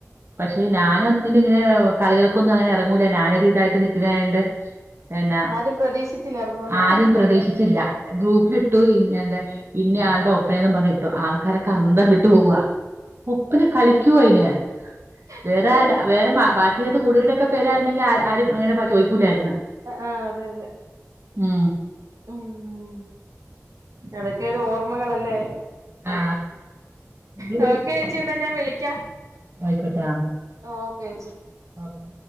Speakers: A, on the right; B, on the right.
A: പക്ഷെ ഞാനൊന്നിനും ങ്ങനെ കളികൾക്കൊന്നും അങ്ങനെ എറ്ങ്ങൂ ല ഞാനൊരുതായ്ട്ട് നിക്ക്ണായോണ്ട് എന്നാ
B: ആരും പ്രതീക്ഷിച്ചില്ല ഇറങ്ങുന്ന്
A: ആരും പ്രതീശിച്ചില്ല ഗ്രൂപ്പിലിട്ടു ഇങ്ങനെ ഇന്നയാളുടെ ഒപ്പനേം ന്ന് പറ്ഞ്ഞ് ട്ടു ആൾക്കാരൊക്കെ അന്തം വിട്ടുപോവാ ഒപ്പന കളിക്കോ അയ്ന് വേറാള്ടെ
B: ആഹ്
A: വേറെ ബാക്ക്യയ്നകത്ത് കൂട്യോര്ടൊക്കെ പേരായര്ന്നെങ്കിൽ ആരും ആരും അങ്ങനെ ചോയ്ക്കൂലാര്ന്ന്
B: അആ അതെയതെ
A: മ്മ്
B: ഓം അതൊക്കൊരു ഓർമ്മകളല്ലേ
A: ആ നമ്മള്
B: നോക്കേച്ചീ ന്നാ ഞാൻ വിളിക്കാം
A: ആയ്ക്കോട്ടാ
B: ഓക്കേച്ചി
A: ഓക്കെ